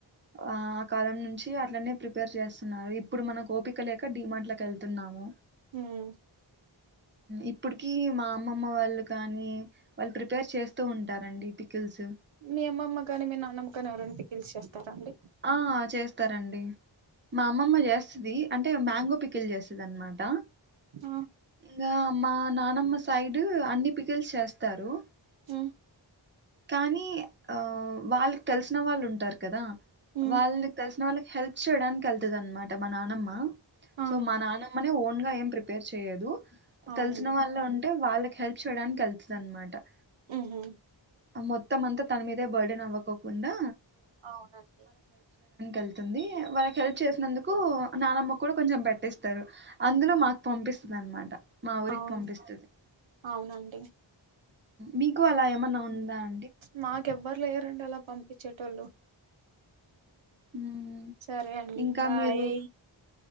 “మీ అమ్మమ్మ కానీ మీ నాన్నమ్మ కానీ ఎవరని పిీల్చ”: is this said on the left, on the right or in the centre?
Right